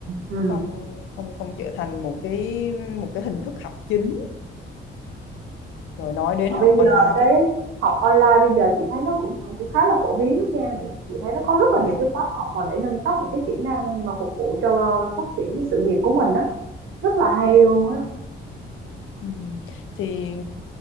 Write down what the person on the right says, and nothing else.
ừ
mà
bây giờ
cái
học online bây giờ chị thấy nó cũng cũng, cũng khá là phổ biến đó Giang Để- chị thấy nó có rất là
nhiều cái khóa học mà để nâng cấp những cái kỹ năng mà phục vụ cho phát triển cái sự nghiệp của mình đó Rất là hay luôn á.